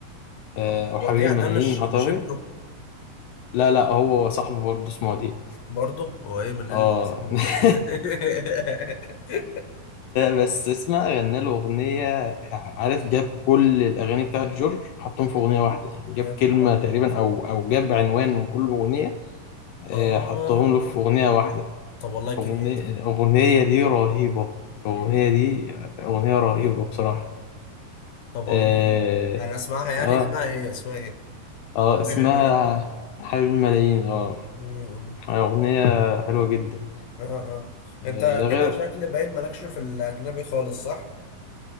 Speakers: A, on the left; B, on the left.
A: آه،
B: آه.
A: أو
B: وديع
A: حبيب الملايين
B: ده مش
A: أعتقد
B: مش ابنه
A: لا لا هو صاحبه برضه اسمه وديع
B: برضه هو ايه من نزل
A: اه
B: تقسيمي ولا
A: <laughs>
B: إيه؟
A: بس اسمع غنى له اغنيه عارف جاب كل الاغاني بتاعت جورج حطهم في اغنيه واحده يعني جاب
B: <laughs> يا
A: كلمه
B: نهار ابيض
A: تقريبا او او جاب عنوان من كل اغنيه آه،
B: اه
A: حطهم له في اغنيه واحده
B: طب والله كرياتيف
A: اغنيه الاغنيه دي رهيبه الاغنيه
B: مم.
A: دي اغنيه رهيبه بصراحه
B: طب والله
A: اه
B: جامد. يعني اسمعها يعني
A: اه,
B: اسمها ايه اسمها ايه
A: آه
B: حبيبي
A: اسمها
B: الملايين
A: حبيب الملايين اه
B: مم.
A: آه، اغنيه حلوه جدا
B: اه اه
A: آه،
B: انت
A: ده
B: كده
A: غير
B: شكل باين مالكش في الاجنبي خالص صح